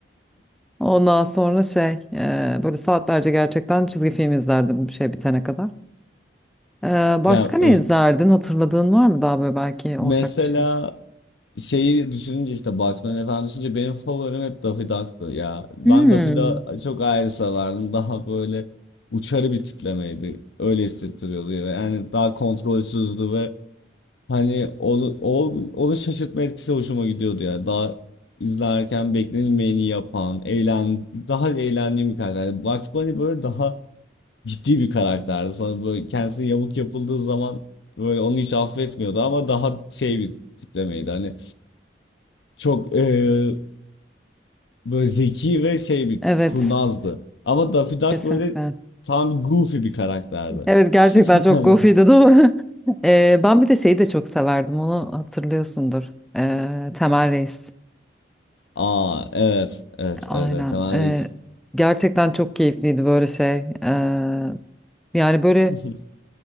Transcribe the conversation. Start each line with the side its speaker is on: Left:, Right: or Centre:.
Centre: Ondan sonra şey e, böyle saatlerce gerçekten çizgi film izlerdim bir şey bitene kadar. E, başka
Left: Ya
Centre: ne
Left: öz-
Centre: izlerdin? Hatırladığın var mı daha böyle belki ortak
Left: mesela
Centre: bir şey?
Left: şeyi düşününce işte Batman falan düşününce benim favorim hep Daffy Duck'tı ya. Ben
Centre: Hmm,
Left: Daffy Duck'ı çok ayrı severdim. Daha böyle uçarı bir tiplemeydi. Öyle hissettiriyordu. Yani Yani daha kontrolsüzdü ve Hani onu, o, onun şaşırtma etkisi hoşuma gidiyordu ya. Daha izlerken beklenilmeyeni yapan, eğlen, daha eğlendiğim bir karakter. Yani Bugs Bunny böyle daha ciddi bir karakterdi. Sana böyle kendisine yamuk yapıldığı zaman böyle onu hiç affetmiyordu ama daha şey bir tiplemeydi. Hani çok eee, böyle zeki ve şey bir
Centre: evet
Left: kurnazdı. Ama Daffy Duck
Centre: kesinlikle.
Left: böyle tam goofy bir karakterdi.
Centre: Evet gerçekten
Left: <laughs>
Centre: çok
Left: Hani-
Centre: goofy'di doğru. <laughs> E, ben bir de şeyi de çok severdim onu hatırlıyorsundur. E, Temel Reis.
Left: Aa evet evet
Centre: Aynen.
Left: evet, evet. Temel
Centre: E,
Left: Reis.
Centre: gerçekten çok keyifliydi böyle şey. E, yani böyle
Left: <laughs>